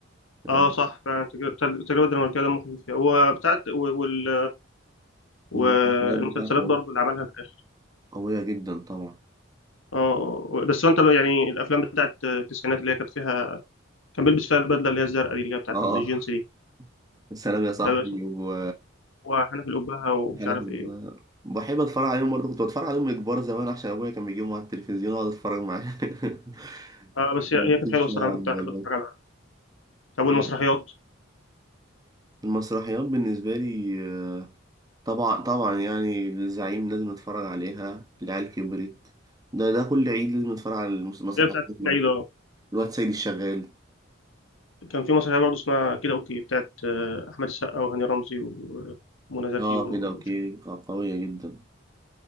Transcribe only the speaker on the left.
اه
صح فعلا التجربه التجربة الدنماركيه دمه خفيف فيها هو بتاعت وال والمسلسلات
برضو
اللي عملها في الاخر
اه بس هو انت بقى يعني الافلام بتاعت التسعينات اللي هي كانت فيها كان بيلبس فيها البدله اللي هي الزرقاء دي اللي هي بتاعت
الجينز دي
آه، اسمه
إيه؟ هو حنف الأبهة ومش
عارف
ايه
آه بس هي
هي كانت حلوه الصراحه
أنا
كنت احب اتفرج على طب والمسرحيات
اللي هي بتاعت
العيد أهو.
كان في مسرحيه برضه اسمها كده اوكي بتاعت آه، احمد السقا وهاني رمزي و- ومنى زكي
و...